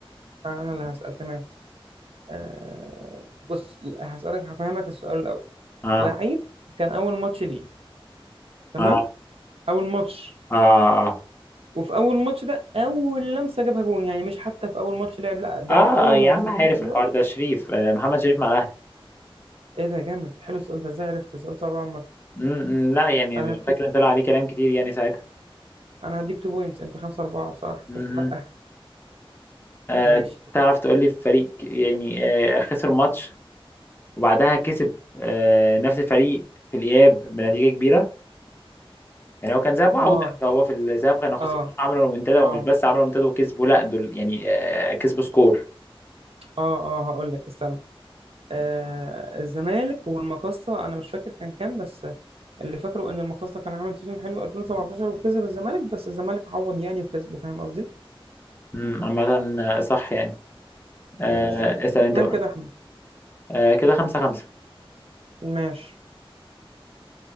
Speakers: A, on the right (about 75°); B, on the left (about 20°).
A: انا اللي هسأل تمام آه بص هسألك هفهمك السؤال الأول
B: آه
A: لعيب كان أول ماتش ليه تمام
B: آه
A: أول ماتش
B: آه آه
A: وفي أول ماتش ده أول لمسة جابها جون يعني مش حتى في أول ماتش لعب لا ده
B: آه,
A: في أول
B: آه يا
A: ماتش
B: عم
A: وفي
B: عارف
A: نفس الوقت
B: الحوار ده شريف آه محمد شريف مع الأهلي
A: إيه ده جامد حلو السؤال ده إزاي عرفت السؤال صعب عامة
B: م- م، لا يعني
A: أنا هديك
B: فاكر إن طلع عليه كلام كتير يعني ساعتها
A: انا هديك 2 بوينتس انت 5 4 بصراحه
B: مهم.
A: تستحقها
B: آه
A: ماشي
B: تعرف تقول لي فريق يعني آه خسر ماتش وبعدها كسب آه نفس الفريق في الإياب بنتيجة كبيرة؟ يعني هو كان ذهاب وعودة
A: اه
B: فهو في الذهاب كانوا خسرانين
A: اه
B: عملوا رومنتادا ومش
A: اه
B: بس عملوا رومنتادا وكسبوا لا دول يعني آه، كسبوا سكور
A: اه اه هقول لك استنى آه الزمالك والمقصه انا مش فاكر كان كام بس اللي فاكره ان المقصه كان عامل سيزون حلو 2017 وكسب الزمالك بس الزمالك عوض يعني وكسبه فاهم قصدي
B: امم عامة آه، صح يعني آه،
A: ماشي جامد
B: اسأل انت
A: كام
B: بقى
A: كده يا احمد
B: آه، كده خمسة خمسة
A: ماشي